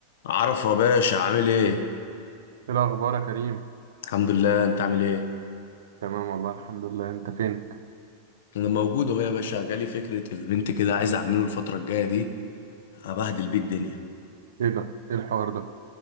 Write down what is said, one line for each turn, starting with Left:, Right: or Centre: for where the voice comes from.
Left: عرفة يا باشا عامل ايه؟
Right: ايه الاخبار يا كريم
Left: الحمد لله انت عامل ايه؟
Right: تمام والله الحمد لله انت فين
Left: انا موجود اهو يا باشا جالي فكرة ايفنت كده عايز اعمله الفترة الجاية دي ابهدل بيه الدنيا
Right: ايه ده ايه الحوار ده